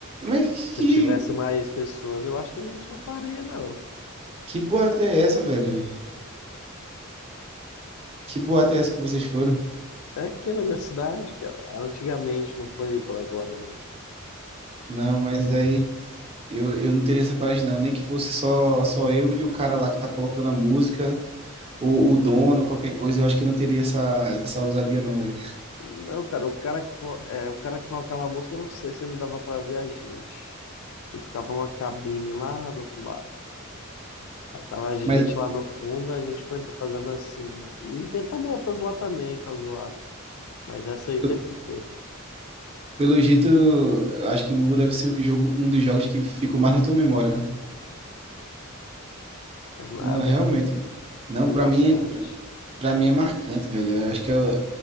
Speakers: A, on the right; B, on the left.
A: Mas
B: Se
A: que,
B: tivesse mais pessoas, eu acho que a gente não faria, não.
A: que boate é essa, velho? Que boate é essa que vocês foram?
B: É aqui na minha cidade, cara. Era antigamente, não foi por agora, não.
A: Não, mas aí. Eu, eu não teria essa coragem, não. Nem que fosse só, só eu e o cara lá que tá colocando a música, ou o dono, qualquer coisa. Eu acho que eu não teria essa, essa ousadia, não, velho.
B: Não, cara, o cara, co- é, o cara que colocava a música, eu não sei se ele dava pra ver a gente. Ele ficava uma cabine lá do outro lado. Aí tava a gente
A: Mas,
B: lá no fundo, a gente foi fazer a dancinha. E inventamos outras lá também pra zoar. Mas essa aí
A: eu-
B: teve que ter.
A: pelo jeito, eu acho que Mu deve ser um jogo, um dos jogos que ficou mais na tua memória, né?
B: É nada,
A: Não, realmente.
B: cara.
A: Não,
B: Tem
A: pra
B: bastante.
A: mim, pra, pra mim é marcante, velho. Eu acho que é, o-